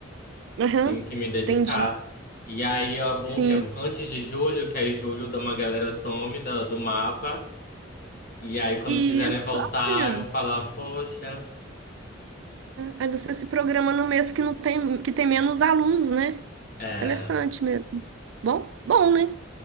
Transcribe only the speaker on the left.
Tenho que me dedicar.
E aí é bom
que é antes de julho, que aí julho dá uma galera some da- do mapa, e aí quando
quiserem voltar,
eu vou falar, poxa,
é...